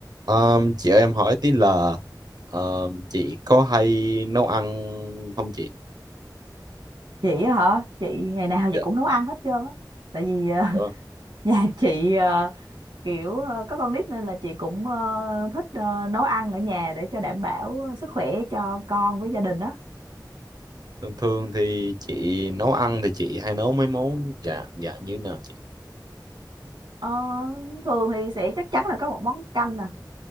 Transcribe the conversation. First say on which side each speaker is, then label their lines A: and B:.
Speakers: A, on the right (about 60°); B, on the right (about 75°).
A: Ờm, chị ơi em hỏi tí là ờm, chị có hay nấu ăn không chị?
B: chị á hả chị ngày nào chị
A: Dạ.
B: cũng nấu ăn hết trơn á tại vì ờ,
A: đúng không?
B: <laughs> nhà chị ờ, kiểu ờ, có con nít nên là chị cũng ờ, thích ờ, nấu ăn ở nhà để cho đảm bảo sức khỏe cho con với gia đình á
A: Thường thường thì chị nấu ăn thì chị hay nấu mấy món dạ dạ như thế nào chị?
B: Ờ, thường thì sẽ chắc chắn là có một món canh nè